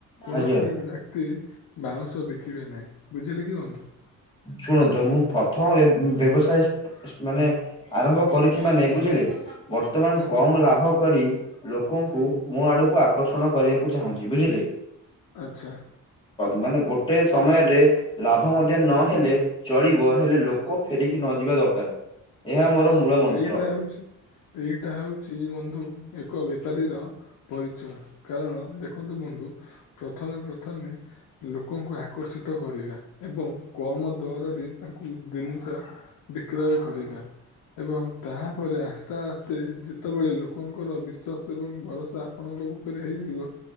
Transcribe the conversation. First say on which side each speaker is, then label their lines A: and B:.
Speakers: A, on the left; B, on the left.
A: କୌଣସି
B: ଆଜ୍ଞା
A: ବି ଏତେ ବାଉଁଶ ବିକିବେ ନାହିଁ ବୁଝିଲେ କି ବନ୍ଧୁ।
B: ଶୁଣନ୍ତୁ ମୁଁ ପ୍ରଥମ ରେ ବ୍ୟବସାୟ ମାନେ ଆରମ୍ଭ କରିଛି ମାନେ ବୁଝିଲେ ବର୍ତ୍ତମାନ
A: କୁହନ୍ତୁ
B: କମ ଲାଭ କରି ଲ ଲୋକଙ୍କୁ ମୋ ଆଡକୁ ଆକର୍ଷଣ କରିବାକୁ ଚାହୁଁଛି ବୁଝିଲେ।
A: ଆଛା।
B: ମାନେ ଗୋଟେ ସମୟରେ ଲାଭ ମଧ୍ୟ ନହେଲେ ଚଳିବ ହେଲେ ଲୋକ ଫେରିକି ନଯିବା ଦରକାର। ଏହା ମୋର
A: ଆଚ୍ଛା
B: ମୂଳ
A: ବନ୍ଧୁ
B: ମନ୍ତ୍ର
A: ଏଇଟା ହଉଛି ଏଇଟା ହଉଛି ବନ୍ଧୁ ଏକ ବେପାରୀର ପରିଚୟ କାରଣ ଦେଖନ୍ତୁ ବନ୍ଧୁ ପ୍ରଥମେ ପ୍ରଥମେ ଲୋକଙ୍କୁ ଆକର୍ଷିତ କରିବା ଏବଂ କମ୍ ଦରରେ ତାଙ୍କୁ ଜିନିଷ ବିକ୍ରୟ କରିବା। ଏବଂ ତାପରେ ଆସ୍ତେ ଆସ୍ତେ ଯେତେବେଳେ ଲୋକଙ୍କର ବିଶ୍ୱାସ ଏବଂ ଭରସା ଆପଣଙ୍କ ଉପରେ ହେଇଯିବ